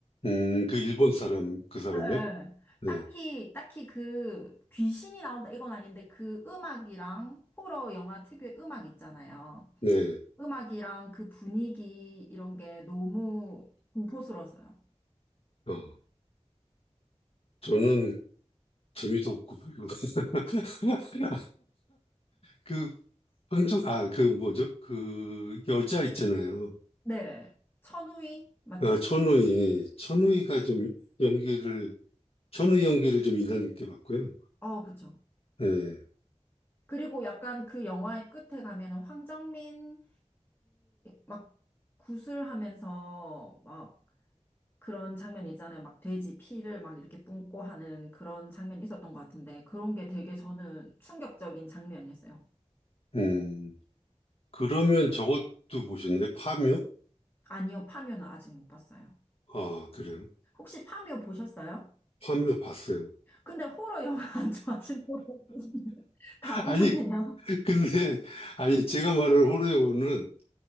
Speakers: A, on the left; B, on the left.
A: 음, 그 일본 사람, 그 사람이요?
B: 예. 예.
A: 네,
B: 딱히 딱히 그 귀신이 나온다 이건 아닌데 그 음악이랑 호러 영화 특유의 음악 있잖아요.
A: 네.
B: 음악이랑 그 분위기 이런 게 너무 공포스러웠어요.
A: 어, 저는 재미도 없고 별로. <laughs> 그 황정, 아, 그 뭐죠? 그 여자 있잖아요.
B: 네. 천우희? 맞죠?
A: 아, 천우희. 천우희가 좀 연기를, 천우희 연기를 좀 인상 깊게 봤고요.
B: 어, 그쵸.
A: 네.
B: 그리고 약간 그 영화의 끝에 가면은 황정민이 막 구슬하면서 막 그런 장면 있잖아요. 막 돼지 피를 막 이렇게 뿜고 하는 그런 장면이 있었던 것 같은데 그런 게 되게 저는 충격적인 장면이었어요.
A: 음, 그러면 저것도 보셨나요? 파묘?
B: 아니요, 파묘는 아직 못 봤어요.
A: 아, 그래요.
B: 혹시 파묘 보셨어요?
A: 화면 봤어요.
B: 근데 호러 영화 안 좋아하시는 분다 보셨네요.
A: 아니, 근데, 아니, 제가 말하는 호러요는